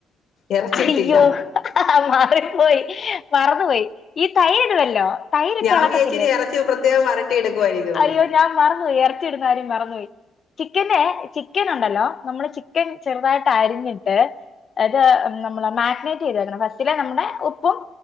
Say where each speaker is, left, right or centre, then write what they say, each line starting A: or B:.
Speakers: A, on the left; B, on the left.
A: ഇറച്ചിയിട്ടില്ല
B: ഹയ്യോ മ റി പോയി മറന്നു പോയി ഈ തൈരി ടുവല്ലോ തൈരിട്ടെളക്കത്തില്ലേ
A: ഞാൻ വിചാരിച്ചിനി ഇറച്ചി പ്രത്യേകം വരട്ടി എടുക്കുവായിരിക്കുമെന്ന്
B: അയ്യോ ഞാൻ മറന്നുപോയി, എറച്ചി ഇടുന്ന കാര്യം മറന്നുപോയി ചിക്കന്റെ ചിക്കനുണ്ടല്ലോ, നമ്മള് ചിക്കൻ ചെറുതായിട്ടരിഞ്ഞിട്ട് അത് നമ്മള് മാഗിനേറ്റ് ചെയ്ത് വെക്കണം ഫസ്റ്റിലേ നമ്മടെ ഉപ്പും